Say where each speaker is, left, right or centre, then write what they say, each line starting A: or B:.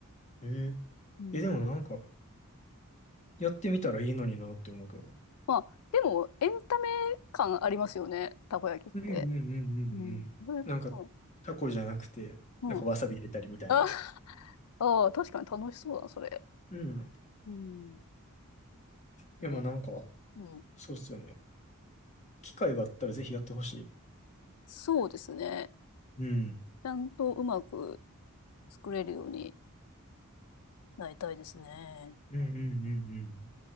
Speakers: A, on the left; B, on the left.
A: ええ。
B: い。うん、
A: え、でもなんか、やってみたらいいのになって思うけど。
B: まあ、でも、エンタメ感ありますよね。たこ焼きって。
A: うんうんうんうんうん。
B: うん。それう
A: なんか、タコじゃなくて、
B: ん。
A: なんかわさび入れたりみたいな。
B: うんああー、確かに楽しそうだな、それ。
A: うん。い
B: うん。
A: や、
B: え
A: まあなんか、
B: ーうん。
A: そうっすよね。機会があったらぜひやってほしい。
B: そうですね。
A: うん。
B: ちゃんとうまく作れるようになりたいですね。
A: うんうんうんうん。